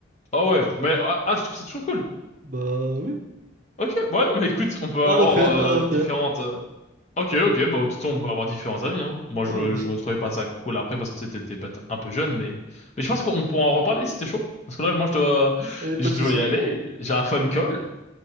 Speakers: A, on the left; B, on the right.
A: Ah ouais. Mais, ah, ah, tu trouves ça toujours cool?
B: Bah, oui.
A: Ok. Bon, ouais, non, mais écoute, on peut
B: À
A: avoir
B: refaire,
A: euh,
B: à refaire.
A: différentes... euh, Ok, ok, bah, tout on peut avoir différents avis, hein. Moi,
B: Ouais,
A: je,
B: bien
A: je
B: sûr.
A: retrouvais pas ça cool après parce que t'étais t'étais peut-être un peu jeune, mais... Mais je pense qu'on pourra en reparler si t'es chaud. Parce que là, moi, je dois, <laughs>
B: Allez, pas
A: je
B: de
A: dois
B: soucis.
A: y aller. J'ai un phone call.